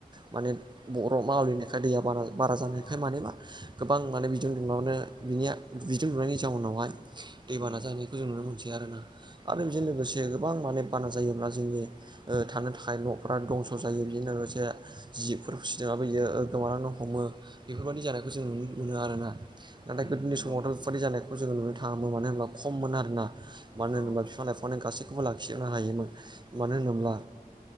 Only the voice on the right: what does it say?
माने बर' मावलिनाय दा दैआ बारा बारा जानायखाय
माने मा गोबां माने बिदुं दुंब्लावनो बिनिया बिदुं दुंनायनि जाउनावहाय दैबाना
जानायखौ जों नुनो मोनसै आरोना आरो
बेजों लोगोसे जे गोबां माने बाना जायोब्ला जोंनि ओ थानो थाखाय न'फ्रा दंस' जायो बेजों लोगोसे जिफोर फिदोंबो बियो गोमानानानैनो हमो बेफोरबायाददि जानायखौ जों नुनो मोनो आरोना नाथाय
गोदोनि
समावथ' बेफोरबादि जानायखौ जोङो नुनो थाङामोन मानो होनोबा खममोन आरोना मानो
होनोबा बिफां-लांयफांनि गासैखौबो लाखिजुबनो हायोमोन मानो होनोब्ला